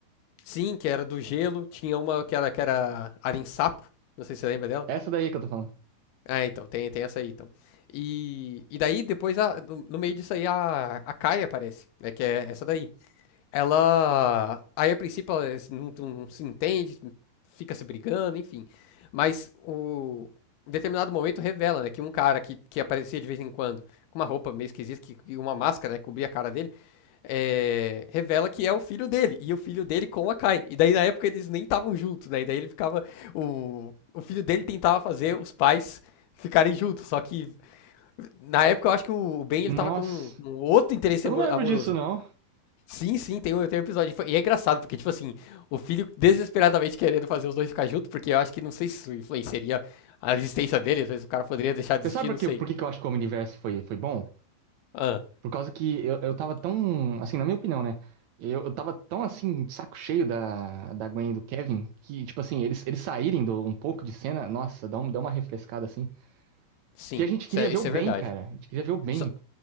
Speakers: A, on the left; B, on the right.
A: Sim, que era do gelo, tinha uma que era, que era Arin Sapo, não sei se você lembra dela.
B: Essa daí que eu tô falando.
A: Ah, então, tem, tem essa aí, então. E, e daí, depois, a- no, no meio disso aí, a, a Kai aparece, né? Que é essa daí. Ela. Aí, a princípio, ela não, não se entende, fica se brigando, enfim. Mas o. Em determinado momento revela, né, que um cara que, que aparecia de vez em quando, com uma roupa meio esquisita, que, e uma máscara, né, cobria a cara dele, é, revela que é o filho dele, e o filho dele com a Kai. E daí na época eles nem estavam juntos, né? E daí ele ficava. O, o filho dele tentava fazer os pais ficarem juntos, só que na época eu acho que o Ben ele
B: Nossa.
A: tava com um outro interesse
B: Eu
A: amoroso.
B: não lembro disso, não.
A: Sim, sim, tem um, tem um episódio. E é engraçado, porque, tipo assim, o filho desesperadamente querendo fazer os dois ficar juntos, porque eu acho que não sei se isso influenciaria a existência dele, às vezes o cara poderia deixar de
B: Você
A: existir,
B: sabe
A: não
B: por que,
A: sei.
B: por que que eu acho que o Omniverse foi, foi bom?
A: Ah,
B: Por causa que eu, eu tava tão, assim, na minha opinião, né? Eu, eu tava tão, assim, de saco cheio da, da Gwen e do Kevin, que, tipo assim, eles, eles saírem do, um pouco de cena, nossa, dá, um, dá uma refrescada, assim.
A: sim,
B: Que a gente
A: isso
B: queria
A: é,
B: ver
A: isso
B: o Ben,
A: é verdade.
B: cara. A gente queria ver o Ben.
A: Só,